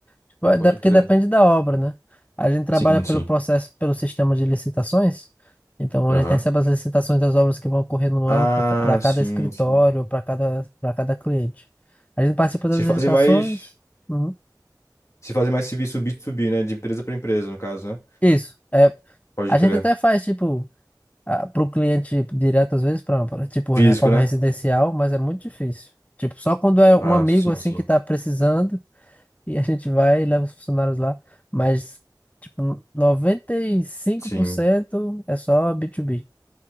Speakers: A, on the left; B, on the left.
A: Tipo, é
B: Pode
A: da- porque
B: crer.
A: depende da obra, né? A gente trabalha
B: Sim,
A: pelo
B: sim.
A: processo, pelo sistema de licitações. Então,
B: Aham.
A: a gente recebe as licitações das obras que vão ocorrer no ano
B: Ah,
A: para cada
B: sim,
A: escritório,
B: sim.
A: para cada, para cada cliente. A gente participa das
B: Vocês
A: licitações.
B: fazem mais,
A: uhum.
B: vocês fazem mais serviço B2B, né? De empresa pra empresa, no caso, né?
A: Isso. É,
B: Pode
A: a
B: crer.
A: gente até faz, tipo, para o cliente direto, às vezes, para, tipo,
B: Físico,
A: reforma
B: né?
A: residencial, mas é muito difícil. Tipo, só quando é
B: Ah,
A: um amigo,
B: sim,
A: assim,
B: sim.
A: que está precisando, E a gente vai e leva os funcionários lá. Mas, tipo, 95%
B: Sim.
A: é só B2B.